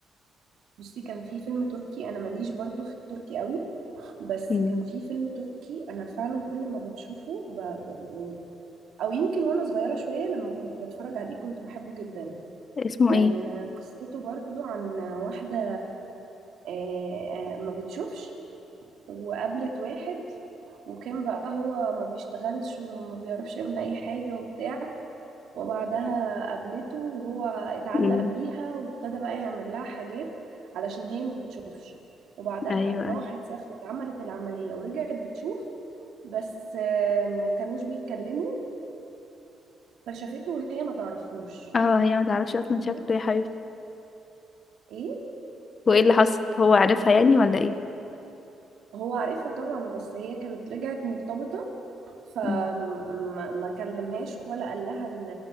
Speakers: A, on the right; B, on the left.
A: بصي كان في فيلم تركي انا ماليش برضو في التركي قوي بس
B: امم
A: كان في فيلم تركي انا فعلا كل ما بشوفه ب... ب... يعني او يمكن وانا صغيرة شوية لما كنت بتفرج عليه كنت بحبه جدا
B: اسمه
A: كان
B: ايه
A: قصته برضو عن واحدة آه، آه، ما بتشوفش وقابلت واحد وكان بقى هو ما بيشتغلش وما بيعرفش يعمل اي حاجة وبتاع وبعدها قابلته وهو اتعلق
B: امم
A: بيها وابتدى بقى يعمل لها حاجات علشان هي ما بتشوفش وبعدها
B: ايوه
A: راحت
B: أيوة.
A: سافرت عملت العملية ورجعت بتشوف بس آه، ما كانوش بيتكلموا فشافته وهي ما تعرفوش
B: اه هي ما تعرفش اصلا
A: مهم.
B: شكله يا حبيبتي
A: ايه
B: وايه اللي حصل هو عارفها يعني ولا ايه
A: هو عارفها طبعا بس هي كانت رجعت مرتبطة فما
B: مم.
A: ما كلمهاش ولا قال لها ان